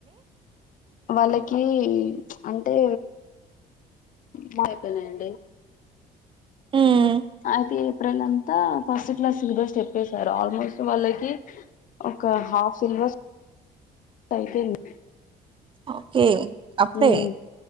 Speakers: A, on the left; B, on the right.
A: వాళ్ళకీ అంటే మా అయిపోయినయండి
B: ఉమ్,
A: అయితే ఏప్రిల్ అంతా ఫస్ట్ క్లాస్ సెలబస్ చెప్పేసారు ఆల్మోస్ట్ వాళ్లకి ఒక హాఫ్ సిలబస్ అయిపోయింది
B: ఓకే అప్పుడే
A: ఉమ్